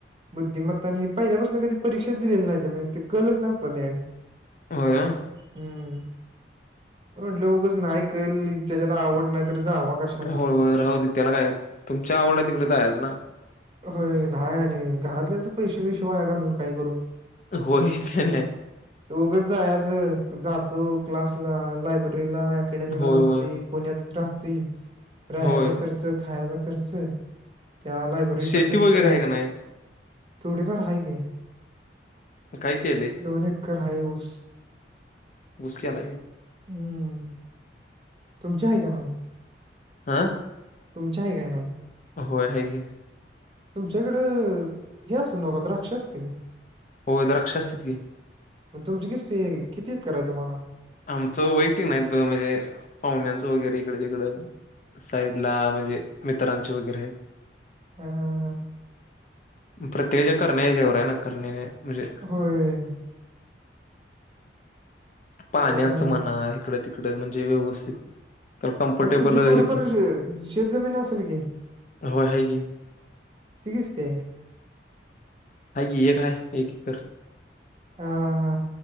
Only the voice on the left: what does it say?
होय
होय होय राहूदे त्याला काय तुमच्या आवडं तिकडे जायच ना.
होय की नाही?
होय
होय
होय
शेती
वगैरे
का नाही
काय केलंय
ऊस केलाय.
आ?
होय आहे की.
होय. द्राक्ष असतात कि.
आमचं वैयक्तिक नाही. म्हणजे पाहुण्यांचं वगैरे इकड तिकडं. साईडला म्हणजे मित्रांची वगैरे आहे.
प्रत्येकच्या करण्या हेच्यावर आहे ना? करण्याने म्हणजे-
पाण्याचं
म्हणा
इकडं तिकडं म्हणजे व्यवस्थित. तर कम्फर्टेबल
हे
होय हाय की
हाय की. एक हाय एक एकर.